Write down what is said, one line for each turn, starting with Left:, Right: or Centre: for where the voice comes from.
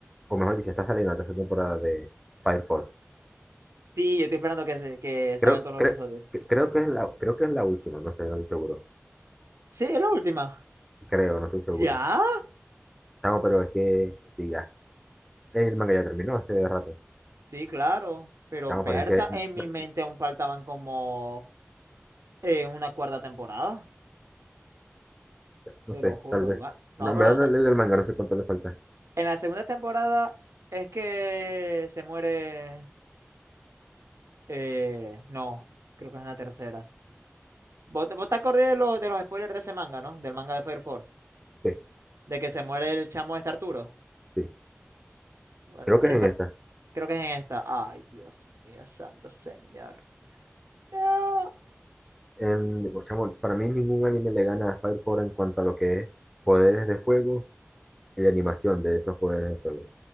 Centre: O mejor dicho, está saliendo la tercera temporada de Fire Force.
Right: sí, yo estoy esperando que, se- que salgan
Centre: Creo,
Right: todos los
Centre: cre-
Right: episodios.
Centre: cre- creo que es la, creo que es la última, no sé, no estoy seguro.
Right: Sí, es la última.
Centre: Creo, no estoy seguro.
Right: ¿Ya?
Centre: Chamo, pero es que. Sí, ya. El manga ya terminó hace rato.
Right: Sí, claro, pero
Centre: Chamo,
Right: Berta,
Centre: pero es que.
Right: en mi
Centre: No,
Right: mente aún faltaban como eh, una cuarta temporada,
Centre: no
Right: te lo
Centre: sé,
Right: juro,
Centre: tal vez.
Right: va. No,
Centre: No, en
Right: pero
Centre: verdad no
Right: ta-
Centre: he leído el manga, no sé cuánto le falta.
Right: en la segunda temporada es que se muere, eh, no, creo que es en la tercera. ¿Vos, te- vos te acordás de, los de los spoilers de ese manga, ¿no? Del manga de Fire Force,
Centre: Sí,
Right: de que se muere el chamo este Arturo.
Centre: sí.
Right: Bueno,
Centre: Creo que
Right: eso
Centre: es en esta.
Right: creo que es en esta. Ay, Dios mío, santo señor. No.
Centre: em, o sea, bueno, para mí ningún anime le gana a Fire Force en cuanto a lo que es poderes de fuego y la animación de esos poderes de fuego.